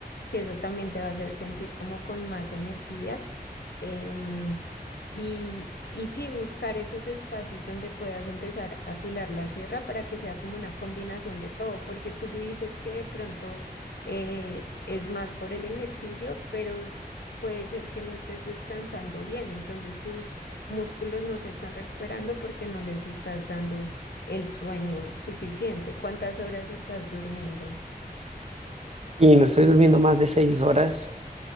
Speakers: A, on the left; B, on the right.
A: que eso también te va a hacer sentir como con más energía. Em, y, y sí, buscar esos espacios donde puedas empezar a afilar la sierra para que sea como una combinación de todo, porque tú dices que de pronto eh, es más por el ejercicio, pero s- puede ser que no estés descansando bien, entonces tus músculos no se están recuperando porque no les estás dando el sueño suficiente. ¿Cuántas horas estás durmiendo?
B: Y no estoy durmiendo más de seis horas